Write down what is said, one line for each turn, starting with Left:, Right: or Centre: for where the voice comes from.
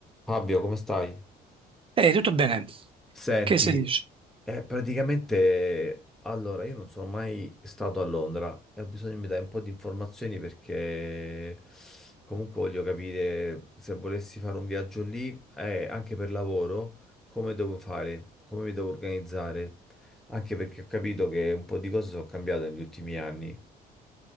Centre: Fabio, come stai?
Right: Ehi, tutto bene?
Centre: Senti,
Right: Che si dice?
Centre: eh, praticamente allora io non sono mai stato a Londra e ho bisogno che mi dai un po' di informazioni perché comunque voglio capire se volessi fare un viaggio lì eh, anche per lavoro, come devo fare, come mi devo organizzare, anche perché ho capito che un po' di cose sono cambiate negli ultimi anni.